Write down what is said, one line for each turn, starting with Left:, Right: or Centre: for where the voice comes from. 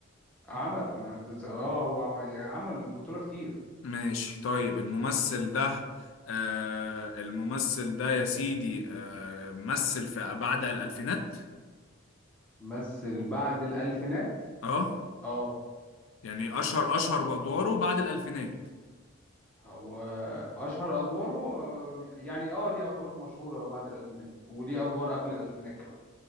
Centre: عمل انا أنت- اه هو عمل يعني عمل بطوله كتير
Left: ماشي طيب الممثل ده آه الممثل ده يا سيدي آه مثل في بعد الالفينات
Centre: مثل بعد الالفينات
Left: اه
Centre: اه
Left: يعني اشهر اشهر بادواره بعد الالفينات
Centre: هو اشهر ادواره آه، يعني اه ليه ادوار مشهوره بعد الالفينات وليه ادوار قبل الالفينات كمان